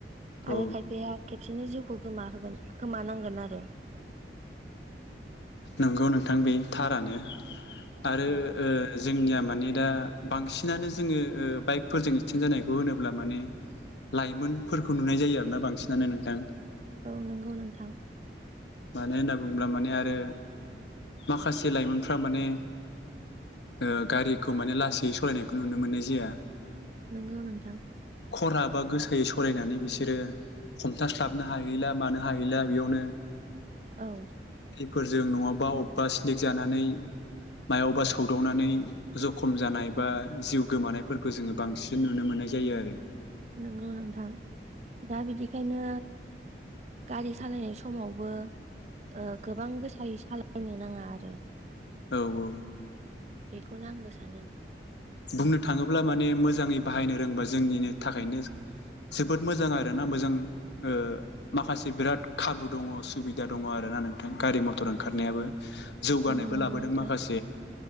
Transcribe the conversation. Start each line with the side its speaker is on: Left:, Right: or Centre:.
Left: औ
Right: आरो खायफाया खेब सेनो जिउखौ गोमाहोगोन खोमानांगोन आरो ।
Left: नोंगौ नोंथां बे थारानो आरो
Right: औ
Left: ओ जोंनिया मा ने दा बांसिनानो जोङो ओ बाइकफोरजों एक्सिडेन्ट जानायखौ होनोब्ला माने लाइमोनफोरखौ नुनाय जायो आरोना बांसिनानो नोंथां।
Right: औ नंगौ नोंथां।
Left: मानो होनना बुङोब्ला माने आरो माखासे लाइमोनफ्रा माने ओ गारिखौ माने लासै सलायनायखौ नुनो मोननाय जाया ।
Right: नोंगौ नोंथां।
Left: खरा बा गोसायै सलायनानै बिसोरो हमथास्लाबनो हाहैला मानो हाहैला बियावनो
Right: औ।
Left: फोरजों नङाबा अब्बा स्लिक जानानै मायावबा सौदावनानै जखम जानाय बा जिउ गोमानायफोरखौ जोङो बांसिन नुनो मोन नाय जायो आरो।
Right: नोंगौ नोंथां। दा बिदिखायनो गारि सालायनाय समावबो ओ गोबां गोसायै सालायनो नाङा आरो।
Left: औ औ।
Right: बेखौनो आंबो सानो।
Left: बुंनो थाङोब्ला माने मोजाङै बाहायनो रोंबा जोंनिनो थाखायनो जोबोद मोजां आरो ना मोजां ओ माखासे बिराद खाबु दङ सुबिदा दङ आरो ना नोंथां गारि मथर ओंखारनायाबो । जौगानायबो
Right: औ नंगौ
Left: लाबोदों
Right: नोंथां
Left: माखासे ।